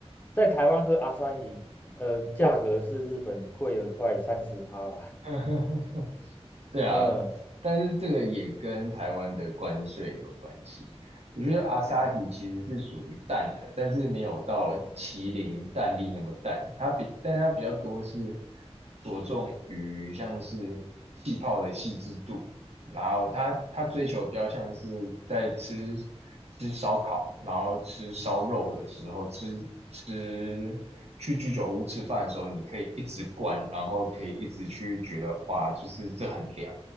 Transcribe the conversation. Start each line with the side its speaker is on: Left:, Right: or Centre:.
Left: 在台湾喝阿萨希，呃，价格是日本贵了快三十趴吧。
Right: <laughs> 对啊，
Left: <laughs> 嗯，
Right: 但是这个也跟台湾的关税有关系。我觉得阿萨希其实是属于淡的，
Left: 哦，
Right: 但是没有到麒麟淡丽那么淡。它比，但它比较多是着重于像是气泡的细致度，然后他他追求比较像是在吃吃烧烤，然后吃烧肉的时候，吃吃去居酒屋吃饭的时候，你可以一直灌，然后可以一直去觉得哇，就是这很凉，